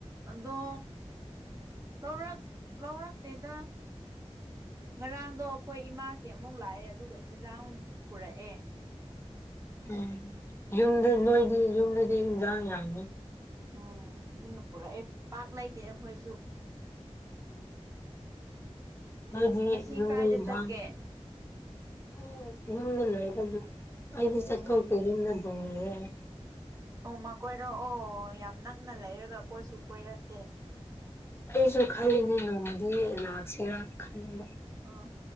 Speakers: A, on the right; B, on the left.
A: ꯑꯗꯣ ꯂꯧꯔꯛ ꯂꯧꯔꯛꯇꯦꯗ ꯉꯔꯥꯡꯗꯣ ꯑꯩꯈꯣꯏ ꯏꯃꯥꯥꯁꯤ ꯑꯃꯨꯛ ꯂꯥꯛꯑꯦ ꯑꯗꯨꯒ ꯍꯤꯟꯖꯥꯡ ꯄꯨꯔꯛꯑꯦ
B: ꯎꯝ ꯌꯨꯝꯗꯨ ꯅꯣꯏꯗꯤ ꯌꯨꯝꯗꯗꯤ ꯏꯟꯖꯥꯡ ꯌꯥꯝꯃꯤ
A: ꯎꯝ ꯑꯗꯨꯅ ꯄꯨꯔꯛꯑꯦ ꯄꯥꯛ ꯂꯩꯇꯦ ꯑꯈꯣꯏꯁꯨ
B: ꯅꯣꯏꯗꯤ
A: ꯉꯁꯤ
B: ꯌꯨꯝꯗ
A: ꯀꯥꯏꯗ
B: ꯏꯟꯖꯥꯡ
A: ꯆꯠꯀꯦ
B: <unintelligible> ꯌꯨꯝꯗ ꯂꯩꯕꯒꯤ ꯑꯩꯗꯤ
A: ꯑꯣ
B: ꯆꯠꯊꯣꯛꯇꯦ ꯌꯨꯝꯗ ꯗꯨꯝ ꯂꯩꯌꯦ
A: ꯅꯣꯡꯃ ꯀꯣꯏꯔꯛꯑꯣ ꯌꯥꯝ ꯅꯛꯅ ꯂꯩꯔꯒ ꯀꯣꯏꯁꯨ ꯀꯣꯏꯔꯛꯇꯦ
B: ꯑꯩꯁꯨ ꯈꯜꯂꯤꯅꯦ ꯅꯣꯡꯃꯗꯤ ꯂꯥꯛꯁꯤꯔ ꯈꯟꯕ
A: ꯑꯝ